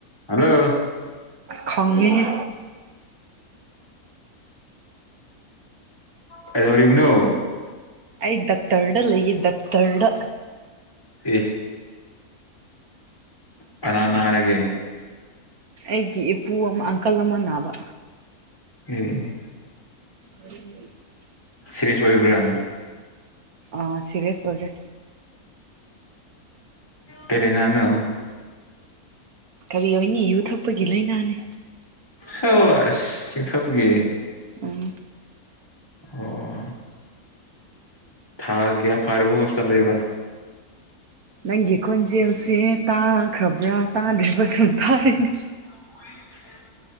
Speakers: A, on the left; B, on the right.
A: hello
B: ꯈꯪꯉꯦꯍꯦ
A: ꯀꯩꯗꯧꯔꯤꯕꯅꯣ
B: ꯑꯩ ꯗꯛꯇꯔꯗ ꯂꯩꯌꯦ ꯗꯛꯇꯔꯗ
A: ꯑꯦ ꯀꯅꯥ ꯅꯥꯔꯒꯦ
B: ꯑꯩꯒꯤ ꯏꯄꯨ ꯑꯃ ꯑꯪꯀꯜ ꯑꯃ ꯅꯥꯕ
A: ꯑꯦꯑꯦ
B: <unintelligible>
A: ꯁꯤꯔꯤꯌꯥꯁ ꯑꯣꯏꯕ꯭ꯔꯥ
B: ꯑꯥ ꯁꯦꯔꯤꯌꯥꯁ ꯑꯣꯏꯔꯦ
A: ꯀꯔꯤꯅꯅꯣ
B: ꯀꯔꯤ ꯍꯥꯏꯅꯤ ꯌꯨ ꯊꯛꯄꯒꯤ ꯂꯩꯅꯥꯅꯦ
A: ꯁꯕꯥꯁ ꯌꯨ ꯊꯛꯄꯒꯤ
B: ꯎꯝ
A: ꯑꯣ ꯊꯥ ꯀꯌꯥ ꯐꯥꯔꯕꯣ ꯍꯣꯁꯄꯤꯇꯥꯜ ꯂꯩꯕ
B: ꯅꯪꯒꯤ ꯈꯣꯟꯖꯦꯜꯁꯦ ꯇꯥꯈ꯭ꯔꯕ꯭ꯔꯥ ꯇꯥꯗ꯭ꯔꯤꯕ ꯁꯨꯝ ꯇꯥꯔꯦꯅꯦ
A: <unintelligible>